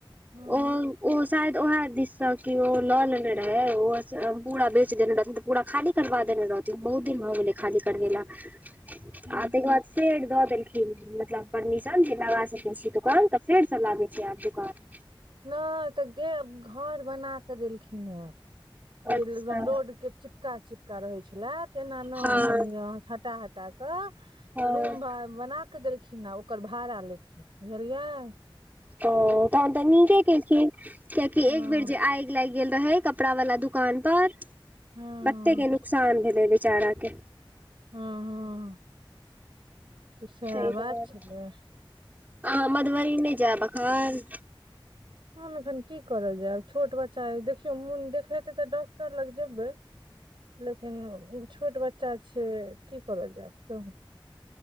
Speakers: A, on the right; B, on the right.
A: हूं
B: ओ
A: हूं
B: ओ शायद ओहेऽ दिश स कियो ल लेने रहैऽ ओस पूरा बेच देने रहथिन उत पूरा खाली करबा देने रहथिन बहुत दिन भ गेलै खाली करबेला आ
A: हूं
B: तइके बाद फेर द देलखिन। मतलब परमिशन जे लगा सकै छीै दुकान। त फेरसँ लागय छै आब दुकान।
A: नइ त गे घर बना क देलखिनहें। ओ जे
B: अच्छा
A: एकदम रोड के चिपका- चिपका रहय छलै तेना नय
B: हँ
A: कनि हटा- हटा क
B: हँ
A: रूम भा- बनाके देलखिनहें ओक्कर भाड़ा लेथिन बुझलियैऽ।
B: ओ तहन त नीके केलखिन किऐकि
A: हँ
B: एक बेर जे आइग लाइग गेल रहय कपड़ा वला दुकान पर
A: हँ
B: कत्ते के नुकसान भेलैय बेचारा के
A: हँ हँ तऽ सएह
B: तय दुआरे।
A: बात छलै
B: अहाँ मधुबनी नय जैब अखन?
A: हम एखन की करऽ जैब? छोट बच्चा अय देखियौ मोन देखेते तऽ डॉक्टर लग जेबैय। लेकिन छोट बच्चा छै। की कर जैऽब। <unintelligible>